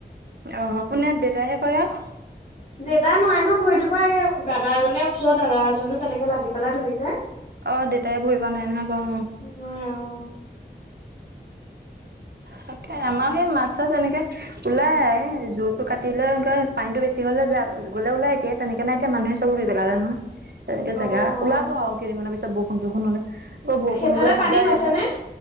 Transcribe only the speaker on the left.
দেতাই নোৱায়ে <unintelligible> নহ ভৰিটো পা এই দাদা এজনে ওচঅ দাদা এজনে তেনেকে লাগি পেলাই ধৰিলে।
নোৱাৰে অ',
অ',
সেইফালে
পানী হৈছে
নে?